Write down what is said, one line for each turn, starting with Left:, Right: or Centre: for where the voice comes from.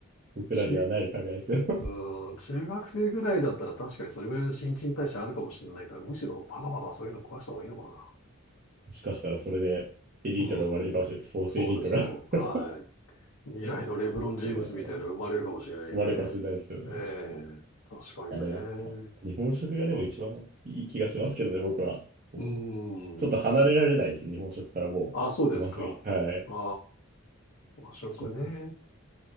Right: 僕らにはない考えですよ。
Left: 中、うーん、中学生ぐらいだったら確かにそれぐらいの新陳代謝あるかもしれないから、むしろバカバカそういうの壊した方がいいのか
Right: もしかしたらそれでエリートが生まれるかもしれない。
Left: な。うーん、
Right: スポーツエリートが
Left: そうですよ。
Right: <laughs>
Left: はい。
Right: で
Left: 未来のレブロン・
Right: すよね。
Left: ジェームスみたいなの生まれるかもしれないんで。
Right: 生まれるかもしれないですよね。
Left: ねえ、
Right: い
Left: 確かに
Right: や、でもやっぱ、
Left: ね。
Right: 日本食がでも一番いい気がしますけどね、僕は。こう
Left: うーん。
Right: ちょっと離れられないです。日本食からもう、
Left: あ、そうですか。
Right: うますぎて。はい。
Left: ああ、和食ね。
Right: 食。